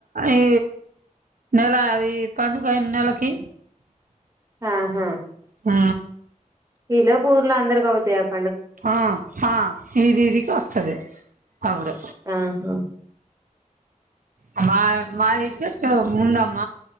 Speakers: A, on the right; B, on the right.
A: ఈ నెల ఈ పండుగ నెలకి
B: ఆహా
A: ఆ
B: ఇలోపూ ఉర్ల అందరికవుతయప్
A: ఆ ఆ ఇది ఇదికి వస్తది, అవును
B: ఆహా
A: అమ్మా మా ఇదేకె ముండమ్మ.